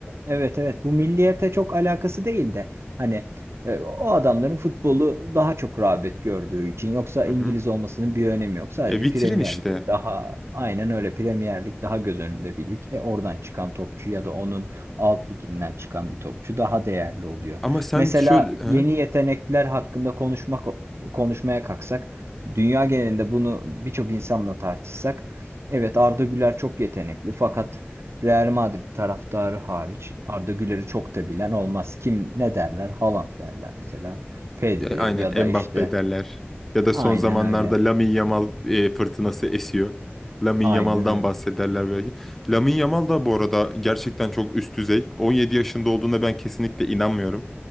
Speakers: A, on the right (about 80°); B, in the centre.
A: Evet evet bu milliyete çok alakası değil de hani e, o adamların futbolu daha çok rağbet gördüğü için yoksa
B: Hı
A: İngiliz
B: hı.
A: olmasının bir önemi yok. Sadece
B: E, vitrin
A: Premier
B: işte.
A: Lig daha aynen öyle Premier Lig daha göz önünde bir lig. E, oradan çıkan topçu ya da onun alt liginden çıkan bir topçu daha değerli oluyor.
B: Ama sen
A: Mesela
B: şöyle... he?
A: yeni yetenekler hakkında konuşmak konuşmaya kalksak dünya genelinde bunu birçok insanla tartışsak evet Arda Güler çok yetenekli fakat Real Madrid taraftarı hariç Arda Güler'i çok da bilen olmaz. Kim ne derler? Haaland derler mesela. Pedri
B: E, Aynen
A: ya da işte
B: Mbappe derler. Ya da son
A: aynen
B: zamanlarda
A: öyle.
B: Lamine Yamal e, fırtınası esiyor. Lamine
A: Aynen
B: Yamal'dan
A: öyle.
B: bahsederler belki. Lamine Yamal da bu arada gerçekten çok üst düzey. 17 yaşında olduğuna ben kesinlikle inanmıyorum.